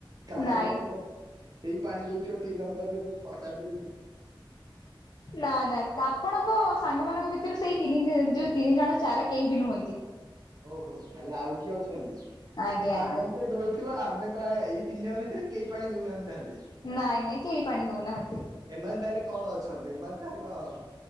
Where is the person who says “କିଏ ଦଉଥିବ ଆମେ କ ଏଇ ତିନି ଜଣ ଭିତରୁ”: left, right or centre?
Right